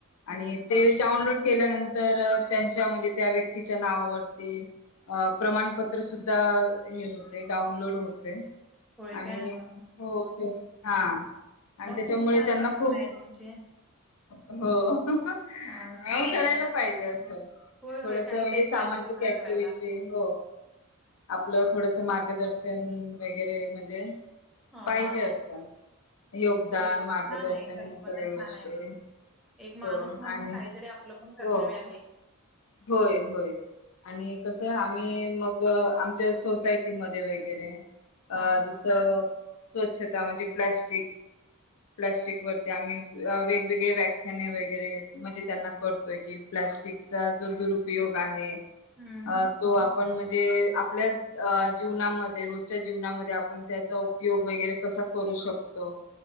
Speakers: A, in the centre; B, on the left.
A: हम्म
B: आणि ते
A: मग
B: डाऊनलोड केल्यानं तर त्यांच्या म्हणजे. त्या व्यक्तीच्या नावावरती प्रमाणपत्र सुद्धा हे होते. डाउनलोड होतय.
A: होय
B: आणि
A: काय हा
B: हो ते हा. आणि
A: मग..
B: त्याच्यामुळे
A: खूप छान
B: त्यांना
A: कल्पना
B: खूप
A: आहे तुमची.
B: हो.. करायला
A: हा छान आहे.
B: पाहिजे असं
A: होय, होय
B: थोडस
A: काहीतरी
B: म्हणजे सामाजिक
A: पाहिजे थोडा
B: ऍक्टिव्हटी
A: करायला.
B: हो, आपलं थोडस मार्गदर्शन वेग गेले म्हणजे?
A: हा
B: पाहिजे
A: हा.
B: असं. योगदान
A: होय, होय
B: मार्गदर्शन
A: छान आहे कल्पना
B: ह्या सगळ्या
A: छान
B: गोष्टी,
A: आहे. एक
B: हो
A: माणूस म्हणून
B: आणि
A: काहीतरी आपलं पण
B: हो
A: कर्तव्य आहे.
B: होय होय आणि कसं आम्ही मग आमच्या सोसायटीमध्ये वगैरे अ
A: हा.
B: जस.. स्वच्छता म्हणजे प्लॅस्टिक प्लॅस्टिक वरती आम्ही वेगवेगळे व्या ख्याणे वगैरे म्हणजे त्यांना करतोय की प्लॅस्टिकचा जो दुरुपयोग आहे.
A: हम्म.
B: अ तो आपण म्हणजे आपल्या अ जीवनामध्ये रोजच्या जीवनामध्ये आपण त्याचा उपयोग वगैरे कसा करू शकतो?